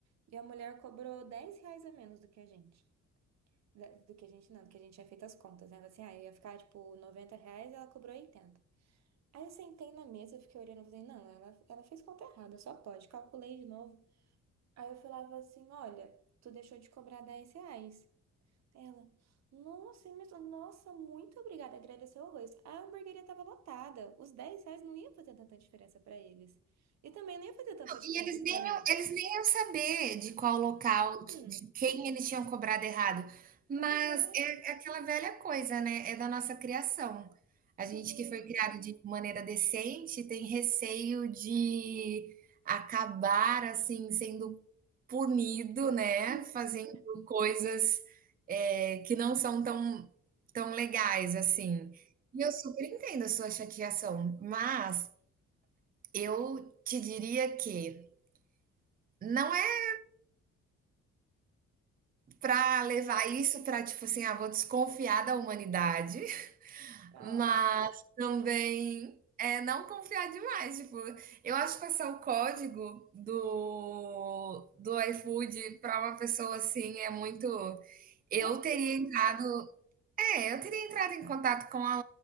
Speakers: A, on the right; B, on the right.
A: e a mulher cobrou 10 reais a menos do que a gente. Da- Do que a gente não, do que a gente tinha feito as contas, né? Assim, ah, eu ia ficar tipo 90 reais, ela cobrou 80. Aí eu sentei na mesa, eu fiquei olhando e falei, não, ela, ela fez conta errada, só pode. Calculei de novo. Aí eu falava assim, olha, tu deixou de cobrar 10 reais. Ela, nossa, imenso, nossa, muito obrigada, agradeceu horrores. A hamburgueria estava lotada, os 10 reais não ia fazer tanta diferença para eles. E também não ia fazer tanta diferença
B: E eles
A: para
B: nem, iam-
A: mim.
B: eles nem iam saber de qual local,
A: Hum,
B: de quem eles tinham cobrado errado. Mas
A: pois é,
B: é aquela velha coisa, né? É da nossa criação. A
A: sim.
B: gente que foi criado de maneira decente tem receio de acabar assim sendo punido, né? Fazendo
A: Uhum.
B: coisas é, que não são tão, tão legais assim. E eu super entendo a sua chateação, mas eu te diria que não é para
A: Uhum.
B: levar isso para tipo assim, ah, vou desconfiar da humanidade,
A: Ai,
B: mas também, é não confiar demais, tipo, eu acho que passar o código do do iFood para uma pessoa, assim, é muito eu
A: é
B: teria
A: isso.
B: entrado é, eu teria entrado em contato com a